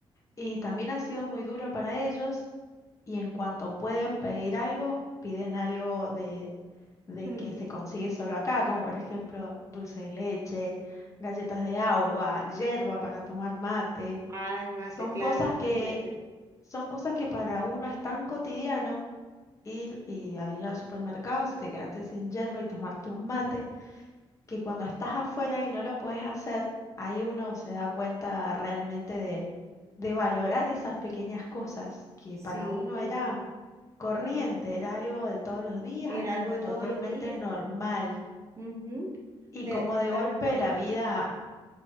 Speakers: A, on the left; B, on the right.
A: y también ha sido muy duro para ellos y en cuanto pueden pedir algo, piden algo de, de
B: <laughs>
A: que se consigue solo acá, como por ejemplo dulce de leche, galletas de agua, yerba para tomar mate.
B: ay, mate,
A: Son
B: claro,
A: cosas
B: imagínate.
A: que, son cosas que para uno es tan cotidiano ir y a ir al supermercado si te quedaste sin yerba y tomarte un mate, que cuando estás afuera y no lo puedes hacer, ahí uno se da cuenta realmente de, de valorar esas pequeñas cosas que
B: Sí,
A: para uno era corriente, era algo de todos los días,
B: era
A: algo
B: algo de
A: totalmente
B: todos los días.
A: normal.
B: Ujú,
A: Y
B: De,
A: como de
B: tal
A: golpe
B: cual,
A: la vida